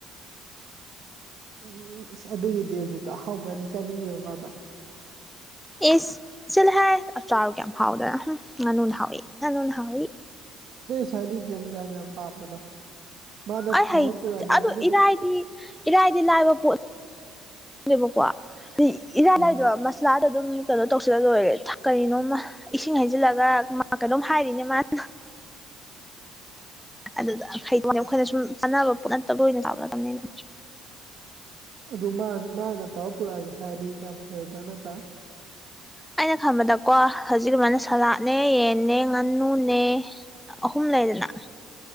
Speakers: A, on the right; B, in the centre.
A: ꯎꯝ ꯏꯁꯁ ꯑꯗꯨꯒꯤꯗꯤꯦ ꯍꯧꯖꯤꯛꯇ ꯑꯍꯥꯎꯕꯗꯤ ꯆꯥꯅꯤꯡꯉꯦꯕ ꯃꯥꯗ
B: ꯑꯦ ꯁꯤꯜ ꯍꯥꯏ ꯆꯔ ꯀꯌꯥꯝ ꯍꯥꯎꯗꯅ ꯉꯥꯅꯨꯅ ꯍꯥꯎꯏ ꯉꯥꯅꯨꯅ ꯍꯥꯎꯏ
A: ꯑꯗꯇꯩ ꯁ꯭ꯋꯥꯏꯗꯤ ꯖꯟ ꯖꯠ ꯌꯥꯝ ꯄꯥꯝꯕꯗꯣ ꯃꯥꯅ
B: ꯑꯩ
A: ꯊꯣꯡꯉ
B: ꯍꯩ
A: ꯄꯨꯔꯛꯑꯒꯦ
B: ꯑꯗꯨ
A: ꯑꯗꯨꯗꯣ
B: ꯏꯔꯥꯏꯗꯤ ꯏꯔꯥꯏꯗꯤ ꯂꯥꯏꯕ ꯄꯣꯠ ꯦꯕꯀꯣ ꯍꯥꯏꯗꯤ ꯏꯔꯥꯏꯅꯥꯏꯗꯣ
A: ꯑꯥ
B: ꯃꯁꯂꯥꯗꯣ ꯑꯗꯨꯝ ꯀꯩꯅꯣ ꯇꯧꯁꯤꯜꯂ ꯂꯣꯏꯔꯦ ꯀꯔꯤꯅꯣꯝꯃ ꯏꯁꯤꯡ ꯍꯩꯖꯤꯜꯂꯒ ꯃꯥ ꯀꯩꯅꯣꯝ ꯍꯥꯏꯔꯤꯅꯦ ꯃꯥꯅ ꯑꯗꯨꯗ ꯈꯩꯗꯣꯛꯅꯦ ꯑꯩꯈꯣꯏꯅ ꯁꯨꯝ ꯆꯥꯟꯅꯕ ꯄꯅꯠꯇ ꯂꯣꯏꯅ ꯆꯥꯕꯠꯅꯕꯅꯤꯅ
A: ꯑꯗꯨ ꯃꯥꯅ ꯇꯧꯔ ꯄꯨꯔꯛꯑꯒꯦ ꯍꯥꯏꯔꯗꯤ ꯀꯌꯥꯝ ꯐꯔꯣꯏꯗ꯭ꯔꯥ ꯅꯠꯇ꯭ꯔꯥ
B: ꯑꯩꯅ ꯈꯟꯕꯗꯀꯣ ꯍꯧꯖꯤꯛ ꯑꯗꯨꯃꯥꯏꯅ ꯁꯂꯥꯠꯅꯦ ꯌꯦꯟꯅꯦ ꯉꯥꯅꯨꯅꯦ ꯑꯍꯨꯝ ꯂꯩꯗꯅ